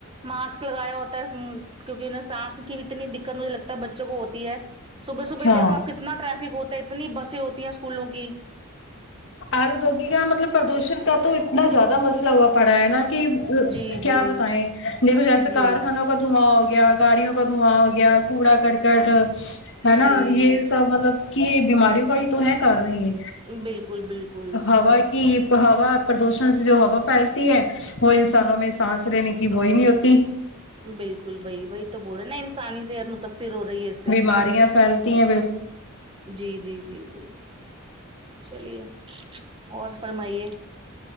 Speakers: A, on the right; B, on the left.
A: ماسک لگایا ہوتا ہے کیونکہ انہیں سانس کی بھی اتنی دقت مجھے لگتا ہے بچوں کو ہوتی ہے صبح صبح
B: ہاں
A: دیکھو آپ کتنا ٹریفک ہوتا ہے اتنی بسیں ہوتی ہیں اسکولوں کی
B: آلودوگی کا مطلب پردوشن کا تو اتنا زیادہ مسئلہ مسئلہ ہوا پڑا ہے ناں ک, ی
A: جی
B: کیا
A: جی
B: بتائیں دیکھو جیسے
A: جی
B: کارخانوں کا دھواں ہوگیا گاڑیوں کا دھواں ہوگیا کوڑا کرکٹ ہے
A: جی
B: نا یے سب مطلب کی یے بیماریوں کا یے تو ہے کارن یے
A: بالکل بالکل
B: ہوا کی ہوا پردوشن سے جو ہوا پھیلتی ہے وہ انسانوں میں سانس رہنے کی وہی نہیں ہوتی
A: بالکل بھئی وہی تو بول‌ رہے ناں انسانی صحت متاثر ہو رہی ہے اس سے
B: بیماریاں پھیلتی ہے
A: جی جی جی جی چلیے اور فرمائیے